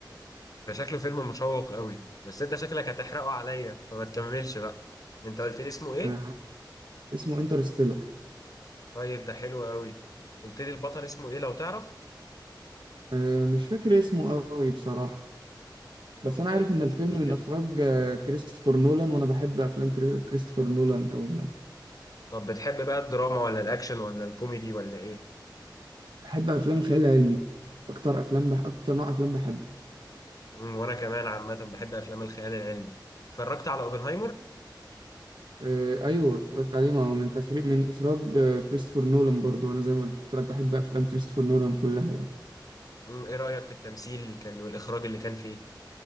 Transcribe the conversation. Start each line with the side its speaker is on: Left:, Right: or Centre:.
Left: ده شكله فيلم مشوق قوي بس انت شكلك هتحرقه عليا فما تكملش بقى انت قلت لي اسمه ايه
Right: آه اسمه انترستيلر
Left: طيب ده حلو قوي قلت لي البطل اسمه ايه لو تعرف
Right: آه مش فاكر اسمه قوي بصراحه بس
Left: امم
Right: انا
Left: طيب
Right: عارف ان الفيلم
Left: مش مشكلة
Right: من اخراج آه كريستوفر نولان وانا بحب افلام كري- كريستوفر نولان قوي يعني
Left: طب بتحب بقى الدراما ولا الاكشن ولا الكوميدي ولا ايه
Right: بحب افلام الخيال العلمي اكتر افلام بح... اكتر نوع افلام بحبه
Left: امم وانا كمان عامة بحب افلام الخيال العلمي اتفرجت على اوبنهايمر
Right: آه ايوه اتفرجت عليه ما هو من تخريج من اخراج آه كريستوفر نولان برضو وانا زي ما قلت لك بحب افلام كريستوفر نولان كلها يعني
Left: امم ايه رأيك في التمثيل اللي كان والاخراج اللي كان فيه